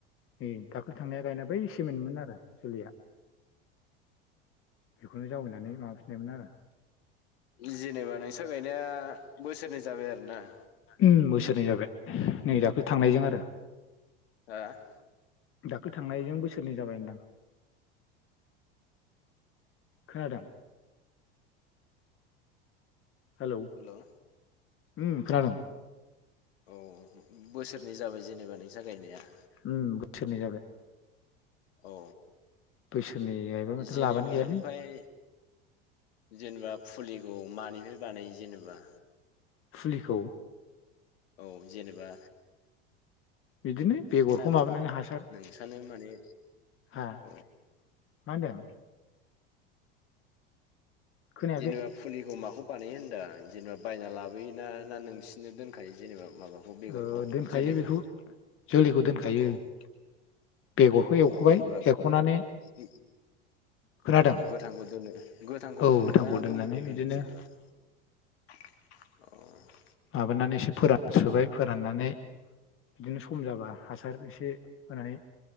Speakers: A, on the left; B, on the left.
A: नै दाखलै थांनाया गायनाय बै सेमोननिमोन आरो जोलैया बेखौनो जावैनानै माबाफिननायमोन आरो
B: नि जेनेबा नोंस्रा गायनाया बोसोरनै जाबाय आरोना
A: उम बोसोरनै जाबाय नै दाख्लै थांनायजों आरो
B: हा
A: दाख्लै थांनायजों बोसोरनै जाबाय होनदां खोनादों हेलौ
B: हेलौ
A: उम खोनादों
B: औ बोसोरनै जाबाय जेनेबा नोंसा गायनाया
A: उम बोसोरनै जाबाय
B: औ
A: बोसोरनै गायबाय माथो
B: जेनेबा
A: लाबानो गैयालै
B: ओमफाय जेनेबा फुलिखौ मानिफाय बानायो जेनेबा
A: फुलिखौ?
B: औ जेनेबा
A: बिदिनो बेगरखौ
B: <inaudible>
A: माबानानै हासार
B: नोंसानो माने
A: हा मा
B: औ
A: होनदों? खोनायाखै
B: जेनोबाब फुलिखौ माखौ बानायो होनदां जेनेबा बायना लाबोयोना ना नोंसिनिनो दोनखायो जेनेबा माबा बेगरखौ
A: ओ दोनखायो
B: जोलैखौ
A: बेखौ जोलैखौ दोनखायो
B: औ-औ
A: बेगरखौ एवख'बाय
B: जेनेबा
A: एरख'नानै
B: फि
A: खोनादों
B: अ गोथांखौ दोनो गोथांखौ
A: औ
B: दोनो
A: गोथांखौ
B: ना
A: दोननानै
B: गोमोनखौ दोनो
A: बिदिनो
B: जेनेबा अ
A: माबानानै एसे फोरानस्रोबाय फोराननानै बिदिनो सम जाबा हासार एसे होनानै